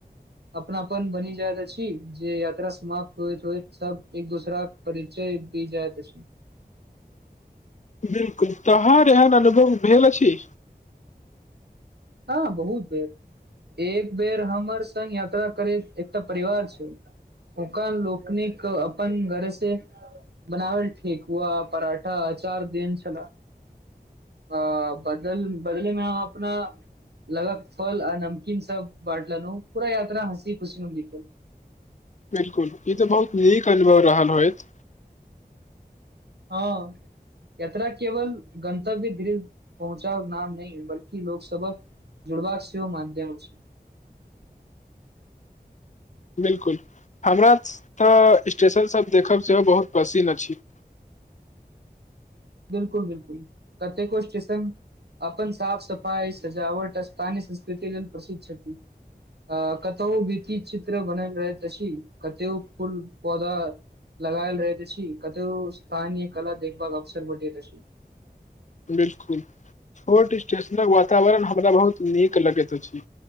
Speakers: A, on the right (about 80°); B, on the left (about 45°).
A: अपनापन बनि जाइत अछि जे यात्रा समाप्त होइत होइत सब एक दोसराक परिचय भी जाइत अछि।
B: बिलकुल, तोहर एहन अनुभव भेल अछि।
A: ह बहुत बेर एक बेर हमर संग यात्रा करैत एकटा परिवार छैय। ओकर लोकनिक अपन घरे से बनाबल ठेेकुआ पराठा चार देन छलहा अ बदल बदलेमे आहा अपना लगक फल आ नमकीन सब बाटललहु न पूरा यात्रा हँसी खुशीमे बितल।
B: बिलकुल इ तऽ बहुत नीक अनुभव रहल होयत
A: ह। याता केवल गंतव्य गृह पहुँचा नाम नहि बल्कि लोकसबक जुड़बाक सेहो मध्यम छैय।
B: बिलकुल, हमरा तऽ स्टेशनसब देखब सेहो बहुत पसिन अछि।
A: बिलकुल-बिलकुल, कतेको स्टेशन अपन साफ सफाइ सजावट स्थानय संस्कृति लेल प्रसिद्ध छथिति अ कतहु वित्त चित्र बनल रहे त छी कते फूल पौधा लगायल रहे त छी, कतहु स्थानीय कला देखभ अवसर बटे त छी।
B: बिलकुल, छोट स्टेशनक वातावरण हमरा बहुत नीक लगैत अछि।